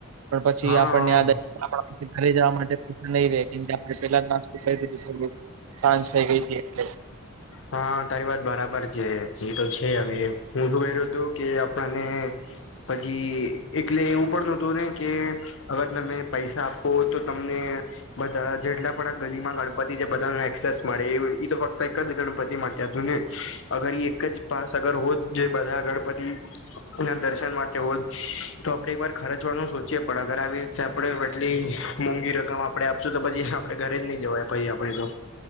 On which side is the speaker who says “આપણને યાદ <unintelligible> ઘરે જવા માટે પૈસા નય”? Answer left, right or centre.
Right